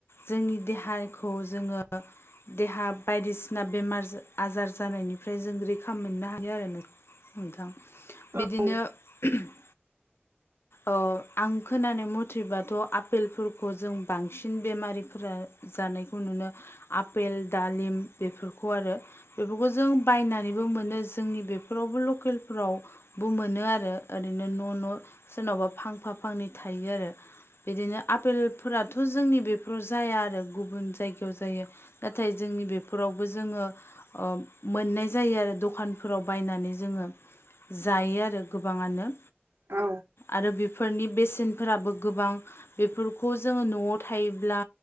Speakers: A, on the left; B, on the right.
A: जोंनि देहाखौ जोङो देहा बायदिसिन ना बेमारस आजार जानायनिफ्राय जों रैखा मोननो हायो आरो नों नोंथां बिदिनो
B: औ औ
A: <unintelligible> अ आं खोनानो मथेबाथ' आपेलफोरखौ जों बांसिन बेमारिफोरा जानायखौ नुनो आपेल दालिम बेफोरखौ आरो बेफोरखौ जों बायनानै बो मोनो जोंनि बेफोरावबो लकेलफोरावबो मोनो आरो ओरैनो न' न' सोरनावबा फांफा फांनै थायो आरो बिदिनो आपेलफोराथ फोर जोंनि बेफोराव जाया आरो गुबुन जायगायाव जायो नाथाय जोंनि बेफोरावबो जोङो अ मोननाय जायो आरो दखानफोराव बायनानै जोङो जायो आरो गोबाङानो
B: औ
A: आरो बेफोरनि बेसेनफोराबो गोबां बेफोरखौ जोङो न'आव थायोब्ला